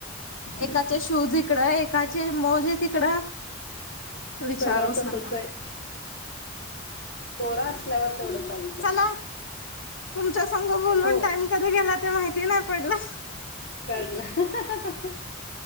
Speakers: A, on the left (about 70°); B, on the left (about 50°).
A: एकाचे शूज इकडं एकाचे मोजे तिकडं. विचारूच
B: सगळं तसंचे,
A: नका
B: पोरं असल्यावर तेवढं चालतं.
A: चला तुमच्या संग बोलून
B: हो
A: टाइम कधी गेला ते माहिती नाय पडलं.
B: कळलं